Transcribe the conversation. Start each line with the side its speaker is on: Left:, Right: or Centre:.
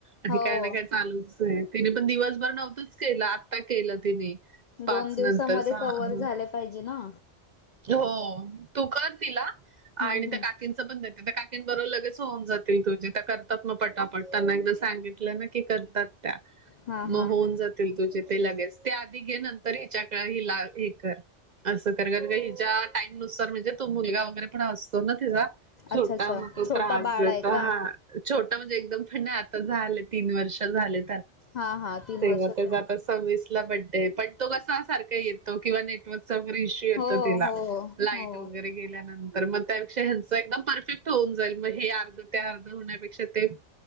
Right: आणि
Left: हो
Right: काही ना काय चालूच आहे तिने पण दिवसभर नव्हतंच केलं आत्ता केलं तिने. पाच
Left: दोन दिवसामध्ये
Right: नंतर सहा
Left: कव्हर झाले पाहिजे ना.
Right: हो तू कर तिला
Left: हम्म
Right: आणि
Left: हम्म
Right: त्या का काकींच पण देते त्या काकीं बरोर लगेच होऊन जातील तुझे त्या करतात मग पटापट त्यांना एकदा सांगितलं ना. करतात त्या
Left: हा हा
Right: मग होऊन
Left: हा
Right: जात. तुझे ते लगेच ते आधी घे नंतर हिच्याक हिला हे कर अस. र हिच्या टाईम नुसार म्हणजे तो मुलगा वगैरे पण असतो ना तिचा. छोटा
Left: अच्छा अच्छा
Right: मग तो
Left: छोटा
Right: त्रास
Left: बाळ
Right: जेतो
Left: आहे का
Right: हा. छोटं म्हणजे एकदम पण नाही आता झालं तीन वर्ष झाले.
Left: हा हा तीन
Right: ते
Left: वर्षाचा
Right: जात. सविस ला बड्डे पण तो कसा सारखा येतो किंवा नेटवर्कचा वगैरे इशू. व इयत्ता
Left: हो
Right: तिला
Left: हो
Right: लाईट
Left: हो
Right: वगैरे गेल्यानंतर. त्यापेक्षा ह्यांच एकदम परफेक्ट होऊन जाईल मग हे अर्ध ते अर्ध होण्यापेक्षा ते.